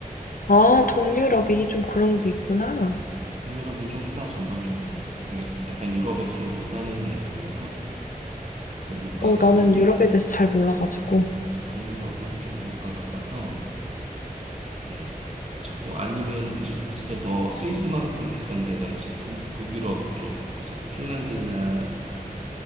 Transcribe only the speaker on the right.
동유럽은 좀 싸, 전반적으로. 이게 약간 유럽에서 좀 못 사는 나라잖아. 그래서 물가가
우리나라,
그래서 동유럽은 좀 물가가 싸서, 음, 괜찮고 아니면 이제 진짜 더 스위스만큼 비싼 데가 이제 북, 북유럽 쪽 이제 핀란드나